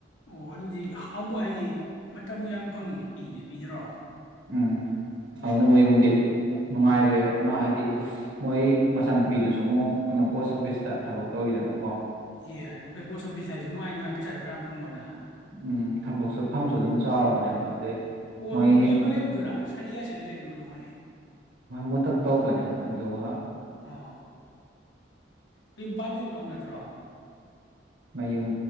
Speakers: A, on the left; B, on the right.
A: ꯑꯣ ꯑꯗꯨꯗꯤ ꯍꯝꯕ ꯍꯥꯏꯗꯤ ꯃꯇꯝꯕꯨ ꯌꯥꯝ ꯐꯪꯉꯤꯅꯦ ꯄꯤꯅꯦ ꯄꯤꯗ꯭ꯔꯣ
B: ꯎꯝ
A: ꯎꯝ
B: ꯑꯗꯨꯅ ꯃꯣꯏ ꯏꯃꯨꯡꯗꯤ ꯅꯨꯡꯉꯥꯏꯈ꯭ꯔꯦ ꯃꯥ ꯍꯥꯏꯗꯤ
A: ꯑꯣ
B: ꯃꯣꯏ ꯃꯆꯥꯅꯨꯄꯤꯗꯨꯁꯨ ꯑꯃꯨꯛ ꯀꯩꯅꯣ ꯄꯣꯁ ꯑꯣꯐꯤꯁꯇ ꯊꯕꯛ ꯇꯧꯋꯤꯗꯅꯥ ꯀꯣ
A: ꯑꯦ ꯑꯗꯨꯗꯤ ꯄꯣꯠꯁ ꯑꯣꯄꯤꯁ ꯂꯥꯏꯔꯁꯨ ꯅꯨꯡꯉꯥꯏ ꯅꯨꯡꯉꯥꯏ ꯄꯩꯁꯥꯁꯨ ꯈꯔꯥ ꯌꯥꯝ ꯐꯪꯕꯅ
B: ꯎꯝ ꯊꯕꯛꯁꯨ
A: ꯎꯝ
B: ꯐꯝꯁꯨ ꯑꯗꯨꯝ ꯆꯥꯎꯔꯕꯅꯦꯕ ꯑꯗꯩ
A: ꯑꯣ
B: ꯃꯣꯏ
A: ꯅꯨꯕꯤ ꯑꯃ ꯂꯩꯕꯗꯨꯔꯥ ꯁꯥꯔꯤꯒ ꯁꯦꯠꯂꯥ ꯂꯩꯕꯗꯣ ꯑꯣꯏꯔꯝꯒꯅꯤ
B: ꯃꯨꯇꯛ ꯇꯧꯕꯅꯦ ꯑꯗꯨꯒ
A: ꯑꯣ ꯃꯌꯨꯝ ꯄꯥꯟꯒꯤꯕ ꯀꯥꯡꯕꯨ ꯅꯠꯇ꯭ꯔꯣ
B: ꯃꯌꯨꯝ